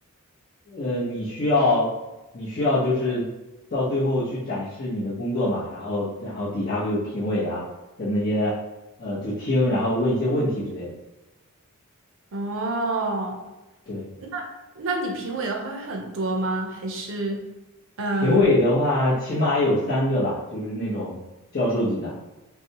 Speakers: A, on the left; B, on the right.
A: 呃，你需要你需要就是到最后去展示你的工作嘛，然后然后底下会有评委啊，在那些呃就听，然后问一些问题之类的。
B: 哦，
A: 对，
B: 那那你评委的话会很多吗？还是，嗯，
A: 评委的话起码有三个吧，就是那种教授级的。